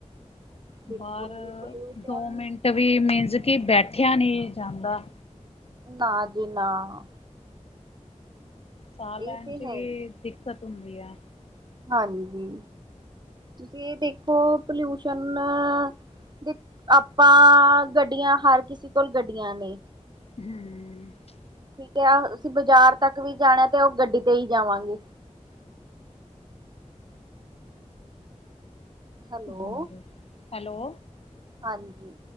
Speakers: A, on the right; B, on the left.
A: ਬਿਲਕੁਲ
B: ਬਾਰ
A: ਵੀ ਪੋਲਿਊਸ਼ਨ
B: ਦੋ ਮਿੰਟ ਵੀ, ਮੀਨਜ਼ ਕਿ ਬੈਠਿਆ ਨ੍ਹੀਂ ਜਾਂਦਾ।
A: ਨਾਂ ਜੀ ਨਾਂ।
B: ਸਾਅ
A: ਇਹ
B: ਲੈਣ
A: ਤੇ
B: ਚ
A: ਹੈ
B: ਵੀ
A: ਹੀ,
B: ਦਿੱਕਤ ਹੁੰਦੀ ਐ।
A: ਹਾਂਜੀ, ਤੁਸੀਂ ਦੇਖੋ ਪਲਿਊਸ਼ਨ ਦੇ ਆਪਾਂ, ਗੱਡੀਆਂ ਹਰ ਕਿਸੇ ਕੋਲ ਗੱਡੀਆਂ ਨੇਂ।
B: ਹਂ।
A: ਠੀਕ ਆ, ਅਸੀਂ ਬਾਜ਼ਾਰ ਤੱਕ ਵੀ ਜਾਣਾ ਤੇ ਓ ਗੱਡੀ ਤੇ ਹੀ ਜਾਵਾਂਗੇ। ਹੈਲੋ।
B: ਹਾਂਜੀ, ਹੈਲੋ।
A: ਹਾਂਜੀ।